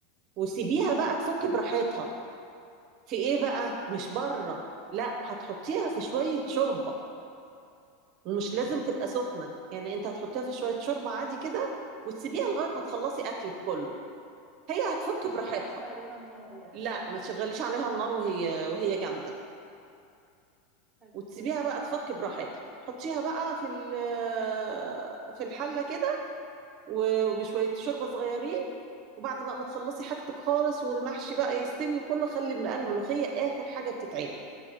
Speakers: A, on the right (about 50°); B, in the centre.
A: وسيبيها
B: مم.
A: بقى تفك براحتها في ايه بقى مش بره لا هتحطيها في شوية شوربة ومش لازم تبقى سخنة يعني انت هتحطيها في شوية شوربة عادي كده وتسيبيها لغاية ما تخلصي اكلك كله هي هتفك
B: ما
A: براحتها
B: شغلش عليها النار يعني
A: لا ما تشغليش عليها النار وهي وهي جامدة
B: حلو
A: وتسيبيها
B: كويس
A: بقى تفك براحتها تحطيها بقى في ال- في الحله كده وبشويه شوربه صغيرين وبعد بقى ما تخلصي حاجتك خالص والمحشي بقى يستوي كله خلي الم- الملوخيه اخر حاجه بتتعمل